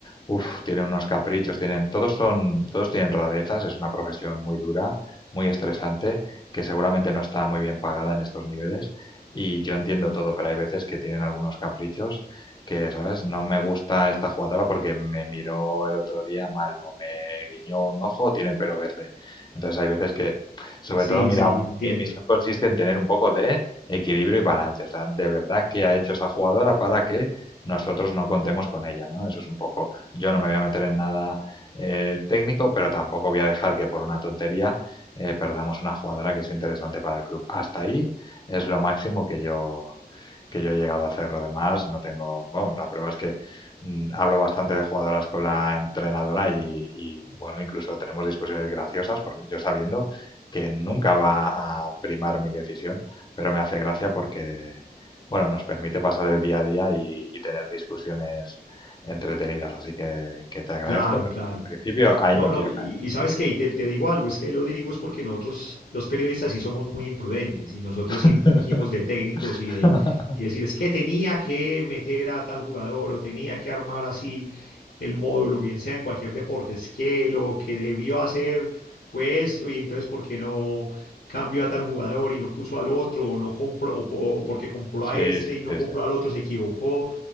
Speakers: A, on the left; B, on the left.
A: uf, tienen unos caprichos, tienen, todos son, todos tienen rarezas, es una profesión muy dura, muy estresante, que seguramente no está muy bien pagada en estos niveles. Y yo entiendo todo, pero hay veces que tienen algunos caprichos que, ¿sabes? No me gusta esta jugadora porque me miró el otro día mal, o me guiñó un ojo, o tiene el pelo verde. Entonces hay veces que, sobre
B: Sí,
A: todo, mira,
B: sí, entiendo.
A: mi misión consiste en tener un poco de equilibrio y balance. O sea, de verdad, ¿qué ha hecho esa jugadora para que nosotros no contemos con ella? ¿no? Eso es un poco, yo no me voy a meter en nada eh, técnico, pero tampoco voy a dejar que por una tontería eh, perdamos una jugadora que es interesante para el club. Hasta ahí es lo máximo que yo, que yo he llegado a hacer lo demás, no tengo, bueno, la prueba es que mm, hablo bastante de jugadoras con la entrenadora y, y, bueno, incluso tenemos discusiones graciosas, porque yo sabiendo que nunca va a primar mi decisión, pero me hace gracia porque, bueno, nos permite pasar el día a día y, y tener discusiones entretenidas, así que, que te agradezco,
B: Claro,
A: pero
B: claro.
A: bueno, en principio ahí
B: No,
A: no quiero
B: no, y, y sabes qué, y te, te digo algo, es que lo digo es porque nosotros, los periodistas, sí somos muy imprudentes y nosotros
A: caer.
B: sí fungimos de técnicos y de
A: <laughs>
B: y decir, es que tenía que meter a tal jugador o tenía que armar así el módulo, bien sea en cualquier deporte, es que lo que debió hacer fue esto y entonces, ¿por qué no cambió a tal jugador y no puso al otro o no compró, o, po- o porque compró a
A: Sí,
B: este
A: sí, sí,
B: y no compró
A: sí, sí,
B: al otro, se equivocó?